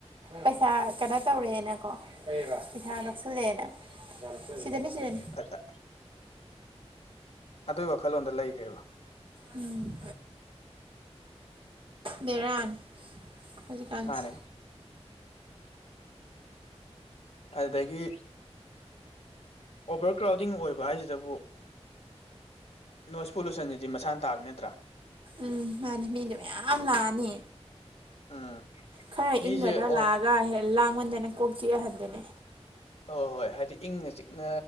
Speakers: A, on the right; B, on the left.
A: ꯄꯩꯁꯥ ꯀꯩꯅꯣ ꯇꯧꯔꯦꯅ ꯀꯣ ꯀꯔꯤꯍꯥꯏꯕ ꯄꯩꯁꯥ ꯂꯧꯁꯜꯂꯦꯅ ꯁꯤꯗꯅꯤ ꯁꯤꯗꯅꯤ
B: ꯑꯗ ꯑꯗꯨ ꯋꯥꯈꯜꯂꯣꯟꯗ ꯂꯩꯒ꯭ꯔꯦꯕ
A: ꯎꯝ ꯕꯦꯔꯥꯅꯤ ꯍꯧꯖꯤꯀꯥꯟꯁꯤ
B: ꯃꯥꯅꯦ ꯑꯗꯨꯗꯒꯤ ꯑꯣꯚꯔ ꯀ꯭ꯔꯥꯎꯗꯤꯡ ꯑꯣꯏꯕ ꯍꯥꯏꯖꯤꯗꯕꯨ ꯅꯣꯏꯁ ꯄꯣꯂꯨꯁꯟꯁꯤꯗꯤ ꯃꯁꯥꯅ ꯇꯥꯕꯅꯤ ꯅꯠꯇ꯭ꯔꯥ
A: ꯎꯝ ꯃꯥꯅꯤ ꯃꯤꯗꯣ ꯃꯌꯥꯝ ꯂꯥꯛꯑꯅꯤ
B: ꯎꯝ
A: ꯈꯔ
B: ꯃꯤꯁꯦ
A: ꯏꯪꯒꯗ꯭ꯔꯥ
B: ꯑꯣ
A: ꯂꯥꯛꯑꯒ ꯍꯦ ꯂꯥꯡꯉꯟꯗꯅ ꯀꯣꯛ ꯆꯤꯛꯑꯥ ꯍꯟꯗꯣꯏꯅꯦ
B: ꯑꯣ ꯍꯣꯏ ꯍꯥꯏꯗꯤ ꯏꯪꯅ ꯆꯤꯛꯅ